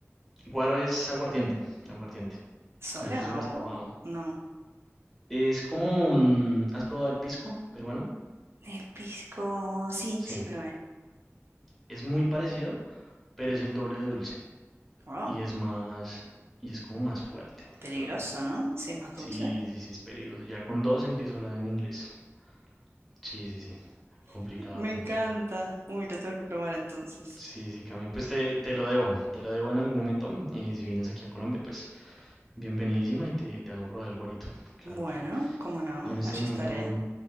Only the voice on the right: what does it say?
¿Sola
o
no?
El pisco, sí,
sí, probé.
Wow,
peligroso,
¿no? Si es más dulce.
<laughs> Me
encanta. Uy, lo tengo que probar entonces.
Bueno,
cómo no,
allí
estaré.